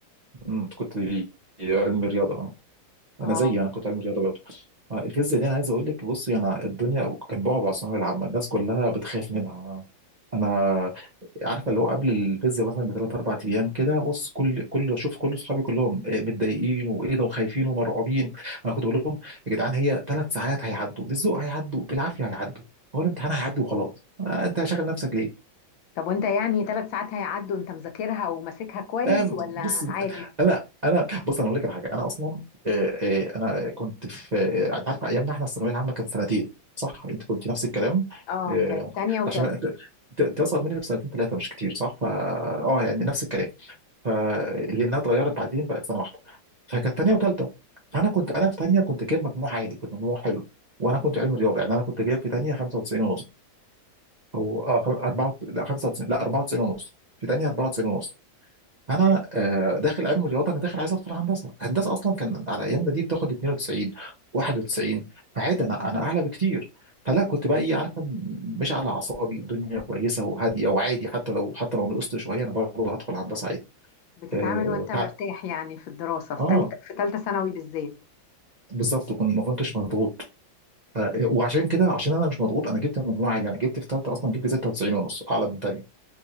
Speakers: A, on the right (about 85°); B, on the left (about 80°).
A: مم، كنت علمي رياضه انا
B: اه
A: زيي انا كنت علم رياضه برضه آه، الفيزياء دي انا عايز اقول لك بصي انا الدنيا كان بعبع الثانويه العامه الناس كلها بتخاف منها انا عارفه اللي هو قبل الفيزياء مثلا بثلاث اربع ايام كده بص كل كل شوف كل اصحابي كلهم آه، متضايقين وايه ده وخايفين ومرعوبين انا كنت بقول لهم يا جدعان هي ثلاث ساعات هيعدوا بالذوق هيعدوا بالعافيه هيعدوا هو الامتحان هيعدي وخلاص آه، انت شاغل نفسك ليه
B: طب وانت يعني ثلاث ساعات هيعدوا انت مذاكرها وماسكها كويس
A: أم،
B: ولا
A: بص
B: عادي
A: انا انا بص انا اقول لك على حاجه انا اصلا آه، آه، انا كنت في آه، انت عارف ايامنا احنا الثانويه العامه كانت سنتين صح انت كنت نفس الكلام
B: اه
A: آه،
B: كانت تانية وتالتة
A: عشان انت عشان أنت- أنت اصغر مني بسنتين ثلاثه مش كتير صح فا اه يعني نفس الكلام فلانها اتغيرت بعدين بقت سنه واحده فكانت ثانيه وثالثه فانا كنت انا في ثانيه كنت جايب مجموع عالي كنت مجموع حلو وانا كنت علمي رياضه يعني انا كنت جايب في ثانيه 95 ونص او اه خم- 94 لا 95 لا 94 ونص في ثانيه 94 ونص فانا آه، داخل علم رياضه انا داخل عايز ادخل هندسه هندسه اصلا كان على ايامنا دي بتاخد 92 91 فعادي
B: مم.
A: انا انا اعلى بكتير فلا كنت بقى ايه عارفه مش على اعصابي الدنيا كويسه وهاديه وعادي حتى لو حتى لو نقصت شويه انا برضه هدخل هندسه عادي
B: بتتعامل
A: اه
B: وانت مرتاح
A: ف-
B: يعني في الدراسه في
A: آه،
B: تالتة في تالتة ثانوي بالذات
A: بالظبط كنت ما كنتش مضغوط ف- وعشان كده عشان انا مش مضغوط انا جبت مجموعه عاليه انا جبت في ثالثه اصلا جبت 96 ونص اعلى من ثانيه